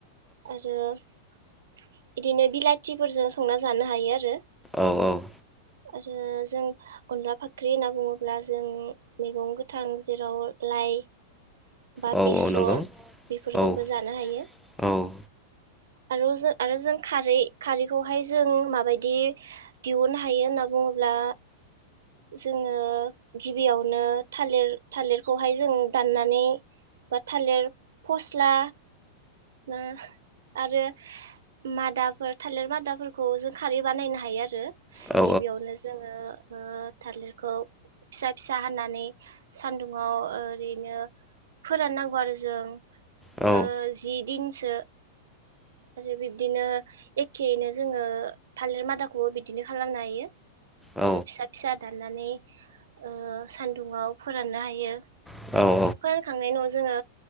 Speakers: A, on the right; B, in the centre.
A: आरो बिदिनो बिलाथिफोरजों संना जानो हायो आरो।
B: औ औ
A: आरो जों अनला फाख्रि होनना बुङोब्ला जों मैगं गोथां जेराव लाइ बा
B: औ
A: बेसर
B: औ नंगौ
A: बेफोरजोंबो
B: औ
A: जानो हायो।
B: औ
A: आरो जों आरो जों खारै खारैखौहाय जों माबायदि दिहुननो हायो होनना बुङोब्ला जोङो गिबियावनो थालिर थालिरखौहाय जों दाननानै बा थालिर फस्ला ना आरो मादाफोर थालिर मादाफोरखौ जों खारै बानायनो हायो आरो।
B: औ
A: गिबियावनो जोङो ओ थालिरखौ फिसा फिसा हानानै सानदुंङाव ओरैनो फोराननांगौ आरो जों
B: औ
A: ओ थिंसो आरो बिब्दिनो एखेयैनो जोङो थालिर मादाखौबो बिदिनो खालामनो हायो।
B: औ
A: ओ फिसा फिसा दान दाननानै ओ सानदुंआव फोराननो हायो।
B: औ
A: फानखांनायनि उनाव जोङो